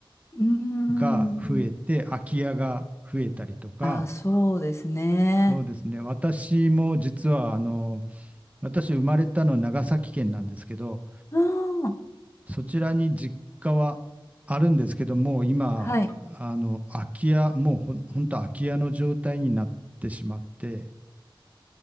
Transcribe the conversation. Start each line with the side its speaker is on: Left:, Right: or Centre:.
Left: うん。
Right: が増えて、
Left: うーん。
Right: 空き家が増えたりとか、
Left: あ、そうですね。
Right: そうですね、私も実はあの、私、生まれたの長崎県なんですけど、
Left: ああ、
Right: そちらに実家はあるんですけども、今、
Left: はい。う
Right: あの空き家、もうほん、ほんと空き家の状態になってしまって、